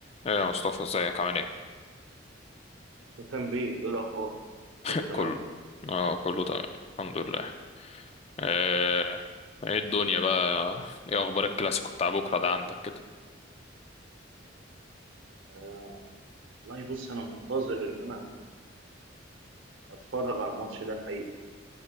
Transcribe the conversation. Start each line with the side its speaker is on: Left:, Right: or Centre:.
Left: ايه يا مصطفى ازيك عامل ايه
Right: مهتم بيه ايه الاخبار
Left: <laughs>
Right: كله تمام
Left: كل اه كله تمام الحمد لله آه، ايه الدنيا بقى ايه اخبار الكلاسيكو بتاع بكره ده عندك كده
Right: آه والله بص انا منتظر ان انا اتفرج على الماتش ده الحقيقه